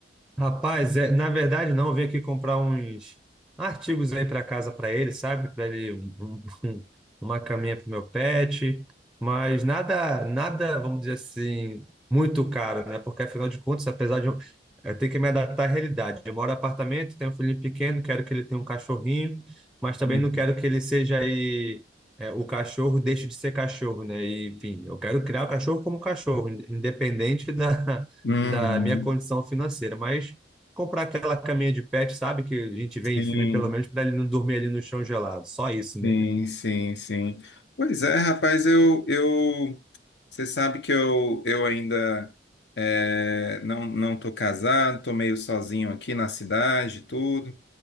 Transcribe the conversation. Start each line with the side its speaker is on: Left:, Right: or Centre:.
Centre: Rapaz, é, na verdade não, eu vim aqui comprar uns artigos aí para casa para ele, sabe? Para ele um- um- um, uma caminha para o meu pet, mas nada, nada, vamos dizer assim, muito caro, né? Porque afinal de contas, apesar de eu, eu ter que me adaptar à realidade, eu moro em apartamento, tenho um filhinho pequeno, quero que ele tenha um cachorrinho, mas também
Left: Uhum.
Centre: não quero que ele seja aí é, o cachorro deixe de ser cachorro, né? E, enfim, eu quero criar o cachorro como cachorro, independente da
Left: Uhum.
Centre: da minha condição financeira, mas comprar aquela caminha de pet, sabe, que a gente vê
Left: Sim,
Centre: em filme pelo menos para ele não dormir ali no chão gelado, só isso,
Left: sim,
Centre: né?
Left: sim, sim. Pois é, rapaz, eu, eu, você sabe que eu, eu ainda eh, não, não tô casado, tô meio sozinho aqui na cidade, e tudo.